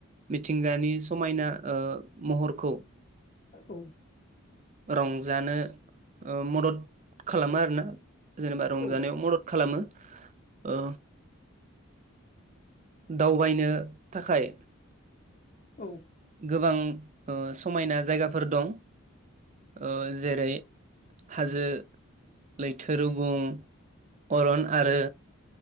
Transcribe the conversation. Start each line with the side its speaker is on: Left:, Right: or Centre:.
Right: मिथिंगानि समायना ओ महरखौ
Left: औ
Right: रंजानो मदद खालामो आरोना जेनेबा रंजानायाव
Left: औ
Right: मदद खालामो। ओ दावबायनो थाखाय
Left: औ
Right: गोबां ओ समायना जायगाफोर दं ओ जेरै हाजो लैथो रुगुं अरन आरो